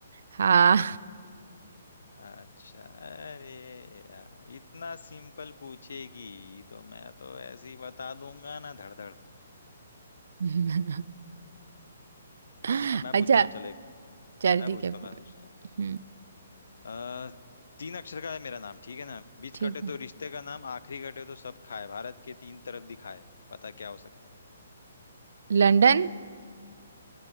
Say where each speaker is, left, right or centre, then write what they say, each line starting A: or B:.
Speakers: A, on the right (about 70°); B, on the left (about 75°).
A: हाँ
B: अच्छा अरे यार इतना सिंपल पूछेगी तो मैं तो ऐसे ही बता दूंगा ना धड़धड़
A: <laughs> <laughs>
B: अब मैं
A: अच्छा
B: पूछता हूँ चल एक
A: चल
B: मैं
A: ठीक
B: पूछता
A: है
B: हूँ मैं पूछता
A: हम्म
B: हूँ अ, तीन अक्षर का है मेरा नाम ठीक है ना बीच
A: ठीक
B: कटे
A: है
B: तो रिश्ते का नाम आखिरी कटे तो सब खाए भारत के तीन तरफ दिखाए बता क्या हो सकता है
A: लंदन